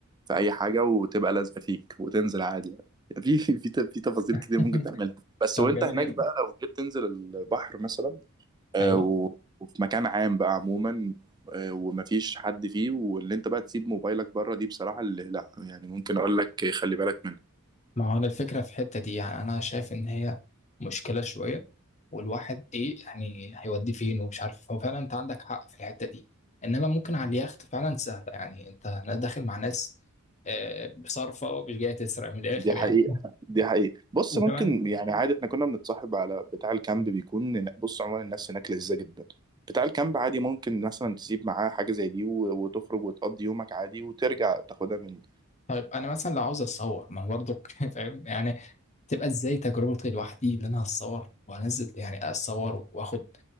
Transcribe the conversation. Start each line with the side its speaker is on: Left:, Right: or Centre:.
Right: في اي حاجه وتبقى لازقه فيك وتنزل عادي يعني <laughs> في في في تفاصيل كتير
Left: <laughs>
Right: ممكن تعملها بس
Left: طب
Right: وانت
Left: جميل
Right: هناك بقى لو جيت تنزل البحر مثلا آه،
Left: ايوه
Right: و- وفي مكان عام بقى عموما آه، ومفيش حد فيه واللي انت بقى تسيب موبايلك بره دي بصراحة اللي لا يعني ممكن اقول لك خلي بالك منها
Left: ما هو انا الفكره في الحته دي يعني انا شايف ان هي مشكله شويه والواحد ايه يعني هيوديه فين ومش عارف هو فعلا انت عندك حق في الحته دي انما ممكن على اليخت فعلا سهله يعني انت داخل مع ناس آه، صارفه ومش جايه تسرق من الاخر
Right: دي حقيقة
Left: يعني
Right: دي حقيقة بص
Left: وكمان
Right: ممكن يعني عادي احنا كنا بنتصاحب على بتاع الكامب بيكون هنا- بص عموما الناس هناك لذيذة جدا بتاع الكامب عادي ممكن مثلا تسيب معاه حاجة زي دي و- وتخرج وتقضي يومك عادي وترجع تاخدها من
Left: طيب انا مثلا لو عاوز اتصور ما انا برضو <laughs> فاهم يعني تبقى ازاي تجربتي لوحدي ان انا اتصور وانزل يعني اتصور واخد